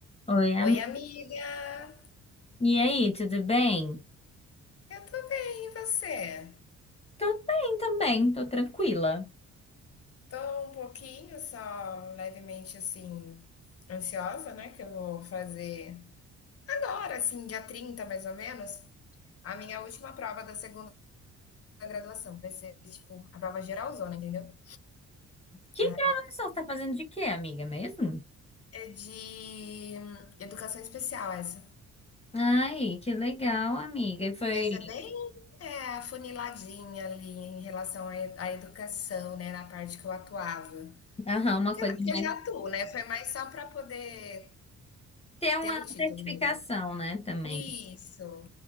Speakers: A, on the left (about 20°); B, on the left (about 50°).
A: Oi, amiga.
B: Oi, amiga!
A: E aí, tudo bem?
B: Eu tô bem, e você?
A: Tô bem também, tô tranquila.
B: Tô um pouquinho, só levemente assim, ansiosa, né? Que eu vou fazer agora, assim, dia 30 mais ou menos, a minha última prova da segunda graduação. Vai ser, tipo, a prova geralzona, entendeu?
A: Que
B: Aí
A: gravação você tá fazendo de quê, amiga, mesmo?
B: é de educação especial essa.
A: Ai, que legal, amiga. E Foi,
B: Essa é bem é, afuniladinha ali em relação à e- à educação, né? Na parte que eu atuava.
A: aham, uma
B: Porque
A: coisa mais...
B: eu já atuo, né? Foi mais só para poder
A: Ter uma
B: ter o título
A: certificação,
B: mesmo.
A: né, também.
B: Isso.